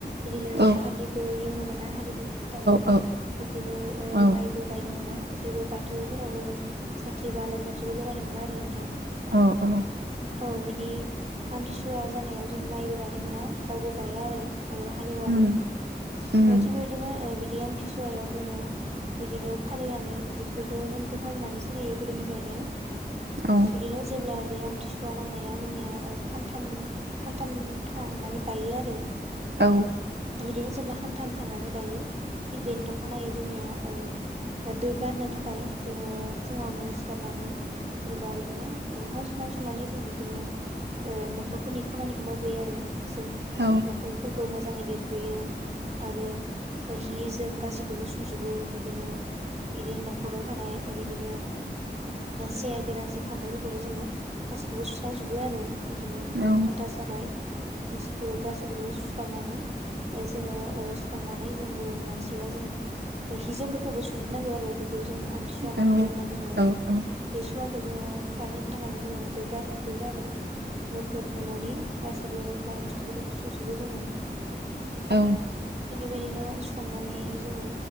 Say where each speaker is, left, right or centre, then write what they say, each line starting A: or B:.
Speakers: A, on the right; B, on the right.
A: बिदिनो
B: औ
A: हान्दिबो एवनो मोना हालिबो मिथि दायो
B: औ
A: बिब्दिनो ओ
B: औ
A: माइबो गायनो मोना जेबो बा थोफोरावबो साथि बा आलारि बाथिबो लगायनो मोना आरो नोंथां।
B: औ औ।
A: औ बिदि आमथिसुवा जानायाव जों माइबो गायनो मोना रावबो गाया आरो। ओ हालएवाबो
B: उम
A: ओ
B: उम
A: थिग बेबायदिनो बिदि ओ बि आमथिसुवायाव जोङो बिदिनो फालिनानै बिदि बेफोरखौ नेमखौ फालिनानै सोलियो गोदोनिफ्रायनो
B: औ
A: बिदिनो जेब्ला बे आम थिसुवा नांनाया जोंनिया ओ खानथाम खानथाम थानानै बायो आरो।
B: औ।
A: बिदिनो जेब्ला खान्थाम थानानै बायो थिग बेनि अखानायै जोंनिया ओ दोगारनो था खाय जोङो फुङावनो सिखारनानै जेनेबा बिदिनो ओ मोखां सोखां सुनानै जों बिदिनो ओ न'खरफोरनि खामानिखौ मावग्रोयो आरो जों
B: औ
A: न'खरफोरखौ मोजाङै लिरग्रोयो। आरो ओ हि जोम गासैखौबो सुजोबो बिदिनो इदिनो न' खराव थानाय बिदिनो सेयार बेरासि खामफ्लायफोरखौबो जोङो गाैखौबो सुस्रांजोबो आरो। बिदिनो
B: औ
A: हान्था साराय खांसि खुरै गासैखौबो सुखांनानै ओ जोङो ओ सुखांनानै जोंबो मानसिया जों हि जोमफोरखौबो सुजोबनांगौ आरो। बेखौ जों आमथिसुवा
B: औ
A: नांदो होनना बुङो
B: औ औ
A: बे सुवाखौ जोङो खारहो थाखायनो जोङो दो गार दो गारो न'खर न'नि गासैबो माल बुस्थुफोरखौ सुजोबो जोङो।
B: औ।
A: बेदिनो सुखांनानै जोङो